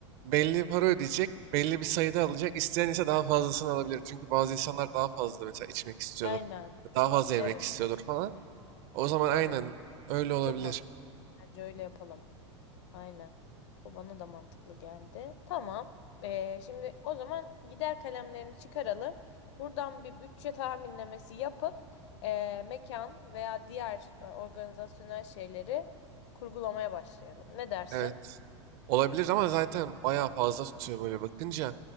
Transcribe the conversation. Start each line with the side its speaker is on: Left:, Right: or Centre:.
Right: Belli para ödeyecek. Belli bir sayıda alacak. İsteyen ise daha fazlasını alabilir. Çünkü bazı insanlar daha fazla mesela içmek istiyordur.
Left: aynen
Right: Daha fazla yemek
Left: evet
Right: istiyordur falan. O zaman aynen
Left: evet
Right: öyle olabilir.
Left: çok mantıklı bence öyle yapalım. Aynen. O bana da mantıklı geldi. Tamam. Ee, şimdi o zaman gider kalemlerini çıkaralım. Buradan bir bütçe tahminlemesi yapıp ee, mekan veya diğer e, organizasyonel şeyleri kurgulamaya başlayalım. Ne dersin?
Right: Evet. Olabilir ama zaten bayağı fazla tutuyor böyle bakınca.